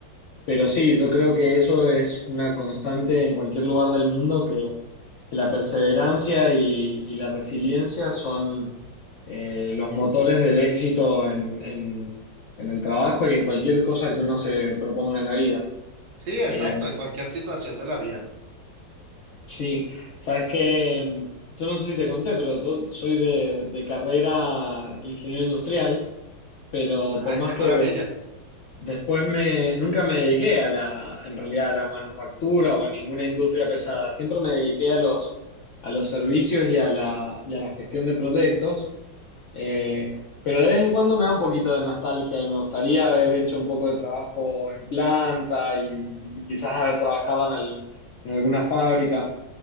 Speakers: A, on the left; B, on the right.
A: Pero sí, yo creo que eso es una constante en cualquier lugar del mundo, que, que la perseverancia y, y la resiliencia son eh, los motores del éxito en, en- en el trabajo y en cualquier cosa que uno se proponga en la vida.
B: Sí, exacto,
A: Eh,
B: en cualquier situación de la vida.
A: sí, sabes que yo no sé si te conté, pero yo soy de, de carrera ingeniero industrial, pero por
B: Ay,
A: más
B: qué
A: que
B: maravilla.
A: des- Después me, nunca me dediqué a la, en realidad a la manufactura o a ninguna industria pesada. Siempre me dediqué a los, a los servicios y a la, y a la gestión de proyectos. Eh, pero de vez en cuando me da un poquito de nostalgia y me gustaría haber hecho un poco de trabajo en planta y, y quizás haber trabajado en, al- en alguna fábrica.